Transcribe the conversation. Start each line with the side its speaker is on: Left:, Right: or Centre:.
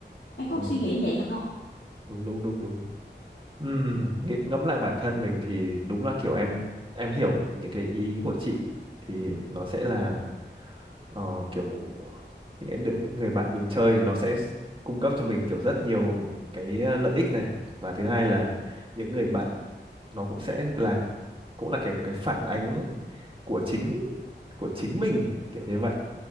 Left: em có
Right: Ừ.
Left: suy nghĩ vậy không
Right: Đúng đúng đúng đúng. Ừ, nghĩ- ngẫm lại bản thân mình thì đúng là kiểu em em hiểu những cái ý của chị thì nó sẽ là ờ, kiểu những cái đứa- người bạn mình chơi nó sẽ s- cung cấp cho mình kiểu rất nhiều cái ờ, lợi ích này và thứ hai là những người bạn nó cũng sẽ là cũng là cái cái phản ánh của chính của chính mình kiểu như vậy